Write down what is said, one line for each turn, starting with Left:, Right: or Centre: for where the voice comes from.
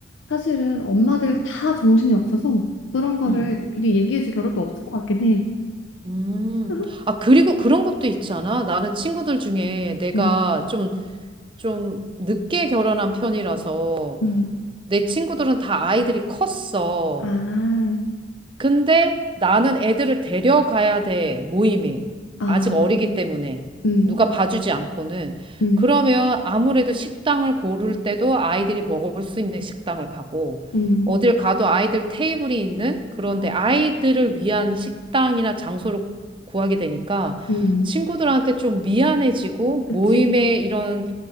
Left: 사실은 엄마들 다 정신이 없어서 그런 거를
Right: 음.
Left: 미리 얘기해 줄 겨를도 없을 것 같긴 해.
Right: 음.
Left: <laughs>
Right: 아, 그리고 그런 것도 있잖아. 나는 친구들 중에 내가
Left: 음,
Right: 좀, 좀 늦게 결혼한 편이라서
Left: 음.
Right: 내 친구들은 다 아이들이 컸어.
Left: 아,
Right: 근데 나는 애들을 데려가야 돼, 모임에.
Left: 아,
Right: 아직 어리기 때문에.
Left: 음,
Right: 누가 봐주지 않고는.
Left: 음,
Right: 그러면 아무래도 식당을 고를 때도 아이들이 먹을 수 있는 식당을 가고,
Left: 음,
Right: 어딜 가도 아이들 테이블이 있는 그런데 아이들을 위한 식당이나 장소를 구하게 되니까
Left: 음.
Right: 친구들한테 좀 미안해지고
Left: 그치.
Right: 모임의 이런